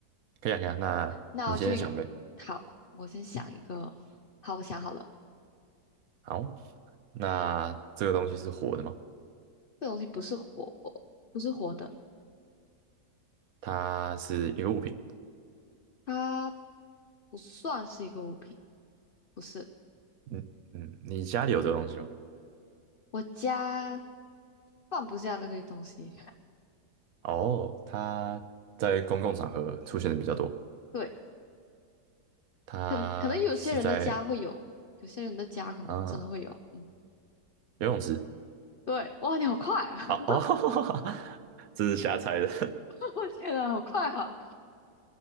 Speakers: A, on the right; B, on the left.
A: 可以啊，可以啊。那你先想呗。
B: 那我就好，我先想一个。好，我想好了，
A: 好，那这个东西是活的吗？
B: 这东西不是活，不是活的，
A: 它是一个物品。
B: 它不算是一个物品，不是。
A: 嗯嗯，你家里有这个东西吗？
B: 我家放不下这个东西，
A: 哦，它在公共场合出现的比较多。
B: <laughs> 对。
A: 它是在
B: 可可能有些人的家会有，有些人的家可能真的会有。
A: 啊
B: 嗯，
A: 游泳池
B: 对，哇，你好快啊！
A: 啊哦，<laughs> 这是瞎猜的，
B: <laughs> 我天呐，好快啊！